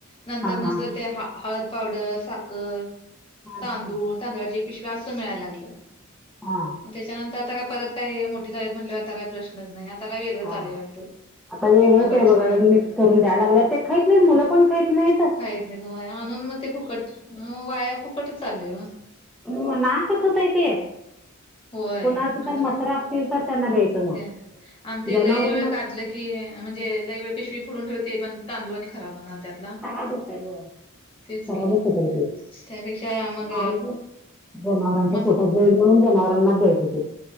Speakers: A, on the left; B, in the centre.
A: नंतर
B: हां
A: नंतर
B: हां
A: ते हळद, पावडर, साखर.
B: हां
A: तांदूळ
B: हां
A: तांदुळाची एक पिशव्या असं मिळायला लागलं.
B: हां
A: मग त्याच्यानंतर आता का परत काय मोठी झाल्यात म्हणल आता काही प्रश्नच नाही आता काय वेगळं
B: हां
A: चालय वाटतं.
B: आता वेगळं
A: मुगाची
B: ते मिक्स करून द्याय लागलात ते खहीत नाहीत मुलं पण खात नाही.
A: खात नाही तया आणून मग ते फुकट वाया फुकटच चाललेय.
B: नव नाखच होतये ते.
A: होय
B: कुणाच तर
A: आता
B: मसरा असतील तर त्यांना द्यायचं मग
A: द आणि त्याला
B: जनावरांना
A: वेळ काढलं की. की म्हणजे लई वेळ पिशवी फोडून ठेवते पण तांदूळ आणि खराब होणार. त्यातला
B: च होत हो.
A: तेच
B: खराब
A: की
B: अस होतय ते
A: त्यापेक्षा मग
B: आणि जनावरांचा
A: मस्
B: फोटो. म्हणून जनाववरना देईच ते.